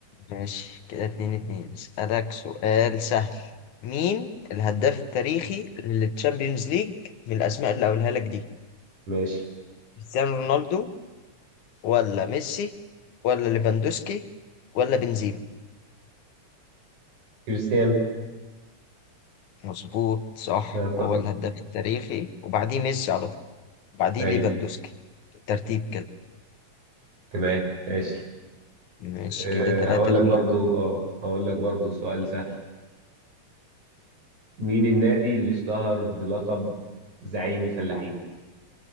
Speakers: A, on the left (about 80°); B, on the right (about 80°).
A: ماشي كده اتنين اتنين اسألك سؤال سهل مين الهداف التاريخي للتشامبيونز ليج من الأسماء اللي هقولها لك دي
B: ماشي
A: كريستيانو رونالدو ولا ميسي ولا ليفاندوسكي ولا بنزيما
B: كريستيانو
A: مظبوط صح
B: لا طبعا
A: هو الهداف التاريخي وبعديه ميسي على طول وبعديه
B: ايوه
A: ليفاندوسكي الترتيب كده
B: تمام ماشي
A: ماشي
B: أه
A: كده تلاتة
B: هقول
A: اتنين
B: لك برضو اه هقول لك برضو سؤال سهل مين النادي اللي اشتهر بلقب زعيم الفلاحين